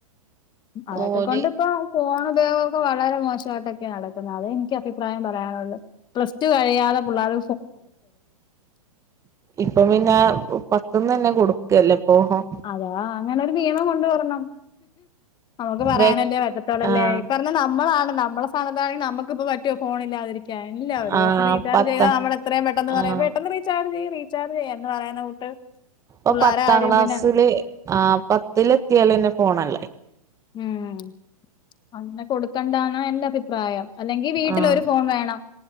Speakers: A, on the left; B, on the right.
A: അതൊക്ക
B: ഓല്
A: കൊണ്ടിപ്പോ ഫോൺ ഉപയോഗമൊക്കെ വളരെ മോശമായിട്ടൊക്കെയ നടക്കുന്നത് അതേ എനിക്ക് അഭിപ്രായം പറയാനുള്ളൂ പ്ലസ് ടു കഴിയാതെ പിള്ളേർ
B: ഇപ്പൊപിന്നെ പത്തു ഇപ്പംതന്നെ കൊടുക്കല്ലേ ഇപ്പൊ
A: അതാ അങ്ങനെ ഒരു നിയമം കൊണ്ട് വരണം നമുക്ക് പറയാനല്ലേ
B: വ്യക്
A: പറ്റത്തോളല്ലേ
B: ആഹ്
A: ഈ പറഞ്ഞ നമ്മളാണ് നമ്മുടെ സ്ഥനത്ത്ആണെ നമുക്ക് ഇപ്പം വെയ് ഫോണില്ലാതിരിക്കാൻ ഇല്ല ഒരു
B: ആഹ്
A: ദിവസംറീചാർജ്
B: പത്ത
A: ചെയ്ത നമ്മള്എത്രയും പെട്ടെന്ന്
B: ആഹ്
A: പറയും പെട്ടെന്ന് റീചാർജ് ചെയ്യ് റീചാർജ് ചെയ്യാംഎന്ന് പറയാന്ന കൂട്ട് പുള്ളാരെ
B: ഓ പത്താം
A: കാര്യം
B: ക്ലാസ്ലില്
A: പിന്നെ
B: ആ പത്തില് എത്തിയാല് പിന്നെ ഫോണല്ലേ
A: ഉം അങ്ങനെ കൊടുക്കണ്ടാന്നഎന്റെ അഭി പ്രായം അല്ലെങ്കിൽ വീട്ടിലൊരുഫോൺ
B: ആഹ്
A: വേണം